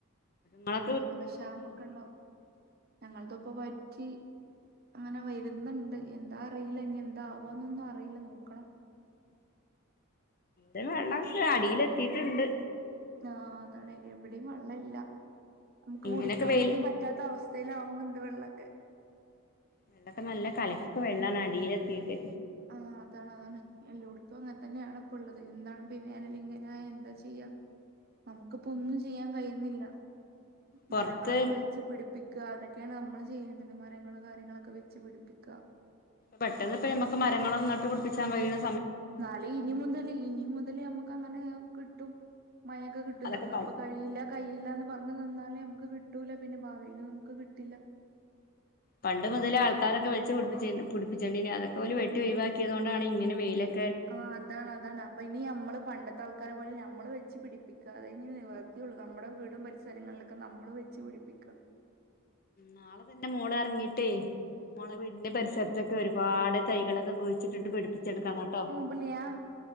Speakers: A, on the left; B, on the right.
A: ആ
B: കുടിവെള്ള ക്ഷാമൊക്കെ ഇണ്ടോ ഞങ്ങൾതു ഇപ്പൊ വറ്റി അങ്ങനെ വരുന്നുണ്ട് എന്താ അറിയില്ല ഇനി എന്താ ആവാന്നൊന്നും അറിയില്ല നോക്കണം.
A: ഇവിടെ വെള്ളമൊക്കെ അടിയിലെത്തിയിട്ടുണ്ട്
B: ആഹ് അതാണല്ലേ ഇവിടെയും വെള്ളയില്ല നമുക്ക്
A: ഇങ്ങനെയൊക്കെ
B: കുടിക്കാൻ
A: വെയില്
B: പോലും പ റ്റാത്ത അവസ്ഥയിലാവുന്നുണ്ട് വെള്ളവൊക്കെ
A: ഇവിടൊക്കെ നല്ല കലക്ക് വെള്ളമാണ് അടിയിലെത്തിട്ട്
B: ആഹ് അതാണ് അതാണ് എല്ലോടത്തും അങ്ങനെ തന്നെയാണ് ഇപ്പ ഉള്ളത് എന്താണ്പ്പ വേനൽ ഇങ്ങനെ ആയാൽ എന്താ ചെയ്യാ. നമുക്കിപ്പോ ഒന്നും ചെയ്യാൻ കഴിയുന്നില്ല.
A: പൊറത്ത്
B: മരങ്ങളൊക്കെ വെച്ച് പിടിപ്പിക്ക അതൊക്കെയാണ് നമ്മള് ചെയ്യേണ്ടത് മരങ്ങള് കാര്യങ്ങളൊക്കെ വെച്ച് പിടിപ്പിക്ക
A: പെട്ടെന്ന് ഇപ്പൊ നമുക്ക് മരങ്ങള് ന്നട്ടു പിടിപ്പിച്ചാൻ കഴിയണ്
B: എന്നാല് ഇനി മുതല് ഇനി മുതല് നമുക്ക് അങ്ങനെ കിട്ടും മഴൊക്കെ കിട്ടും എന്നിട്ട്
A: അതൊക്കെ
B: ഞമ്മളിപ്പ
A: പ
B: കഴിയില്ല കയ്യില്ല പറഞ്ഞ് നിന്നാല് നമുക്ക് കിട്ടൂല പിന്നെ ഭാവില് നമുക്ക് കിട്ടില്ല
A: പണ്ട് മുതല് ആൾക്കാരൊക്കെ വെച്ച് പ്പിടിപ്പിച്ച പിടിപ്പിച്ചണ്ടയിനു അതൊക്കെ ഓല് വെട്ടി ഒഴിവാക്കിയതുകൊണ്ടാണ് ഇങ്ങനെ വെയ്യിലൊക്കെ
B: ആഹ് അതാണ് അതാണ് അപ്പൊ ഇനി നമ്മള് പണ്ടത്തെ ആൾക്കാരെ പോലെ നമ്മള് വെച്ച് പിടിപ്പിക്ക അതെ ഇനി നിവർത്തിയുള്ളൂ നമ്മടെ വീടും പരിസരങ്ങളിലൊക്കെ ഒക്കെ നമ്മള് വെച്ച് പിടിപ്പിക്ക
A: നാളെ തന്റെ മോള് ഇറങ്ങിട്ട് മോളെ വീടിന്റെ പരിസരത്തൊക്കെ ഒരുപാട് തൈകളൊക്കെ കുഴ വെച്ചിട്ട് പടിപ്പിച്ചെടുക്കാം കേട്ടോ
B: ഇപ്പൊ ഞാൻ